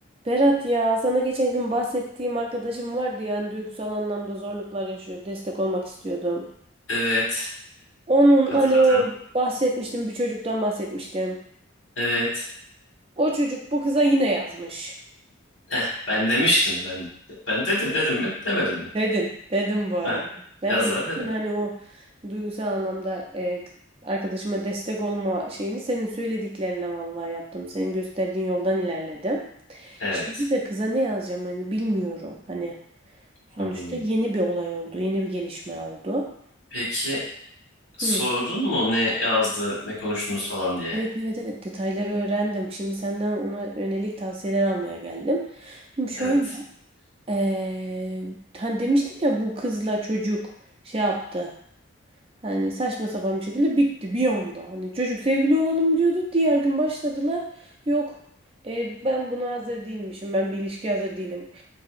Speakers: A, on the right; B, on the left.
A: Berat ya sana geçen gün bahsettiğim arkadaşım vardı yani duygusal anlamda zorluklar yaşıyor. Destek olmak istiyordum.
B: Evet.
A: Onun
B: Hatırladım.
A: hani o bahsetmiştim bir çocuktan bahsetmiştim.
B: Evet.
A: O çocuk bu kıza yine yazmış.
B: Eh, ben demiştim ben. Ben dedim dedim mi? Demedim mi?
A: Dedin. Dedim bu arada.
B: Eh,
A: Ben
B: yazar
A: de bütün
B: dedim.
A: hani o duygusal anlamda e, arkadaşıma destek olma şeyini senin söylediklerinle vallahi yaptım. Senin gösterdiğin yoldan ilerledim.
B: Evet.
A: Şimdi de kıza ne yazacağım hani bilmiyorum. Hani sonuçta
B: Hmm.
A: yeni bir olay oldu, yeni bir gelişme oldu.
B: Peki sordun
A: Hı.
B: mu ne yazdı, ne konuştunuz falan diye?
A: Evet evet evet detayları öğrendim. Şimdi senden ona yönelik tavsiyeler almaya geldim. Şimdi şöyle
B: Evet.
A: eee hani demiştim ya bu kızla çocuk şey yaptı. Hani saçma sapan bir şekilde bitti bir anda. Hani çocuk sevgili olalım diyordu. Diğer gün başladılar. Yok e, ben buna hazır değilmişim. Ben bir ilişkiye hazır değilim.